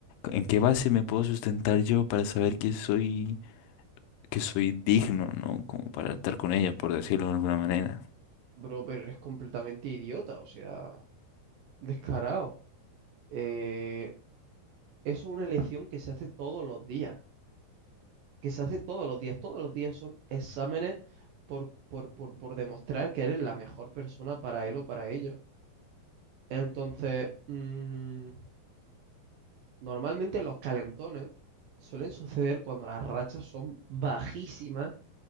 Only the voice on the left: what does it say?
en qué base me puedo sustentar yo para saber que soy, que soy digno, ¿no? Como para estar con ella, por decirlo de alguna manera.